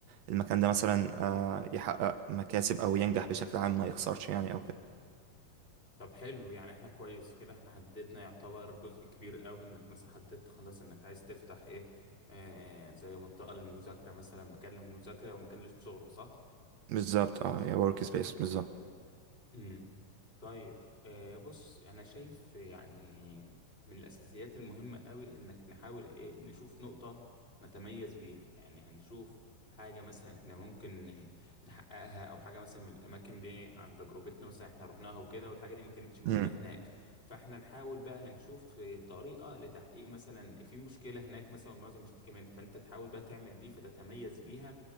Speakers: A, on the right; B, on the left.
A: المكان ده مثلا آه، يحقق مكاسب أو ينجح بشكل عام ما يخسرش يعني أو كده
B: طب حلو يعني احنا كويس كده احنا حددنا يعتبر جزء كبير قوي انك مثلا حددت خلاص انك عايز تفتح ايه آه زي منطقة للمذاكرة مثلا مكان للمذاكرة ومكان للشغل صح؟
A: بالظبط اه يا ورك سبيس بالظبط
B: امم طيب آه بص انا شايف يعني من الاساسيات المهمه قوي انك نحاول ايه نشوف نقطه نتميز بيها يعني هنشوف حاجه مثلا احنا ممكن آه، نحققها او حاجه مثلا من الاماكن دي عن تجربتنا مثلا احنا رحناها وكده والحاجه دي ما كانتش موجوده
A: امم
B: هناك فاحنا نحاول بقى هنشوف آه، طريقه لتحقيق مثلا في مشكله هناك مثلا والمعظم بيشتكي منها فانت تحاول بقى تعمل دي فتتميز بيها